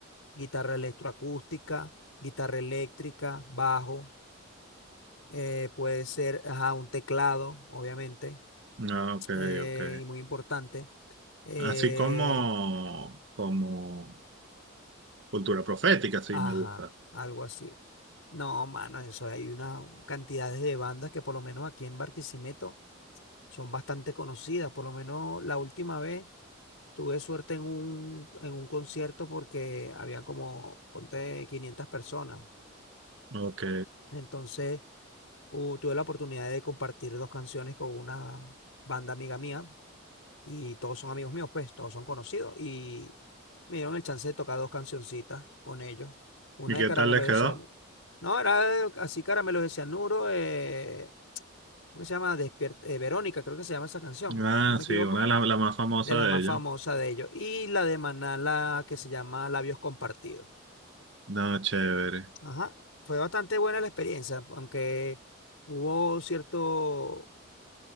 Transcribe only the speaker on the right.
Ah, ok,
ok.
Así como, como cultura profética, sí,
me gusta.
Ok.
¿Y
qué
tal les
quedó?
Ah,
sí, una de las la más famosas
de
ellos.
No, chévere.